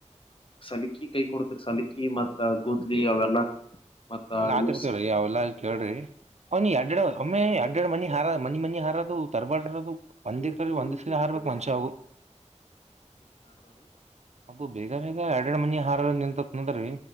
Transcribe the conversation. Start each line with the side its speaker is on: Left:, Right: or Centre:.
Left: ಸಲಕಿ ಕೈ ಕೊಡ್ತರಿ ಸಲಕಿ ಮತ್ ಗೂದ್ಲಿ ಅವೆಲ್ಲ. ಮತ್ತ
Right: ಹೊಲ್ಲ ಆತಿ
Left: ಇವ್
Right: ಇರ್ತವ್ರೀ
Left: ಸ-
Right: ಅವಲ್ಲ ಅಲ್ಲಿ ಕೇಳ್ರಿ ನೀ ಎರಡು ಆಮ್ಮೆ ಅಡ್ಡೆರಡು ಮನಿ ಹಾರ ಮನಿ ಮನಿ ಹಾರೋದು ತಡಬೇಡಿರಿ ಅದು. ಒಂದಿಕ್ಕೀ
Left: ಸಿಗತ್ತ್ ನೋಡ್ರಿ
Right: ಒಂದ್ ಸಲ ಹಾರ್ಬೇಕಕ್ ಮಂಚ ಅವು. ಅದು ಬೇಗ ಬೇಗ ಎರಡೆರಡು ಮನಿ ಹಾರ ನಿಂತತ್ ಅಂದೀ.